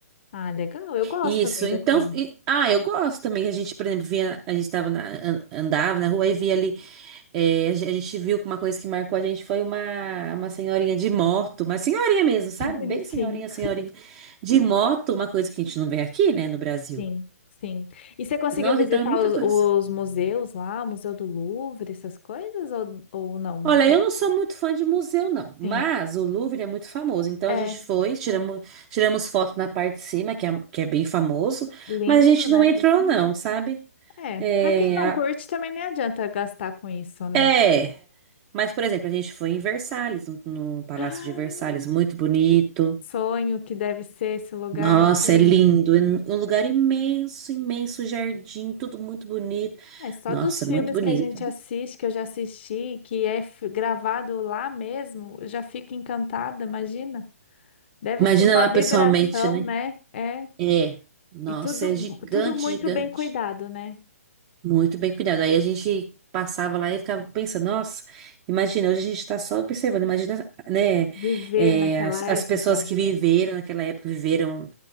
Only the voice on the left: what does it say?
Ah, legal. Eu gosto,
amiga,
sim.
Que bonitinho.
Sim, sim. E você conseguiu
visitar
os,
os museus lá, o Museu do Louvre, essas coisas, ou, ou não?
Sim.
É,
lindo,
né?
É.
Pra quem não
curte, também nem adianta gastar com isso, né?
<gasps>
Sonho que deve ser esse lugar,
hein?
É só
dos filmes
que a gente assiste, que eu já assisti, que é f- gravado lá mesmo, eu já fico encantada, imagina.
Deve
ser uma
vibração,
né? É.
E tudo,
tudo muito
bem cuidado, né?
Viver
naquela
época.